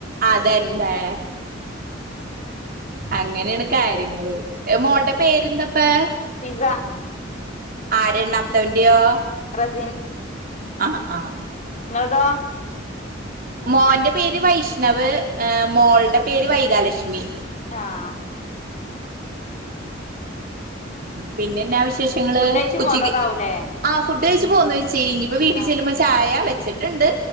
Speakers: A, on the right; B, on the left.
A: അതല്ലേ അങ്ങനെയണ് കാര്യം ന്റ മോൾട പേരന്തപ്പാ
B: പിസ
A: ആ രണ്ടാമത്തവന്റെയോ
B: വജൻ
A: ആഹ് ആഹ്
B: നീ എവ്‌ടാ
A: മോന്റെ പേര് വൈഷ് ണവ് മോൾടെ പേര് വൈഗാലക്ഷ്മി
B: ആഹ്
A: പിന്നെന്നാ വിശ് ഷങ്ങള്
B: ഫുഡ്ഡയ്ച്ച്
A: ഉച്ചക്ക്
B: പോന്നതാവൂലേ
A: ആഹ് ഫുഡ് കഴിച് <unintelligible> ചേയ്ഞ്ഞ് ഇപ്പോ വീട്ടി
B: ആഹ്
A: ചെല്ലുമ്പോ ചായ വെച് ച്ചിട്ടുണ്ട്